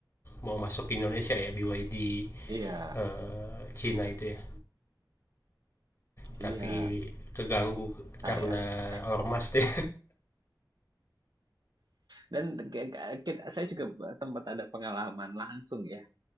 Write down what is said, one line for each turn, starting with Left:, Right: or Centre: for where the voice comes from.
Left: mau masuk ke Indonesia ya B BYD
Right: Iya
Left: eh, Cina itu ya. Tapi
Right: iya,
Left: keganggu
Right: sayang.
Left: karena ormas tuh
Right: Dan ke ke kit saya juga sempat ada pengalaman langsung ya,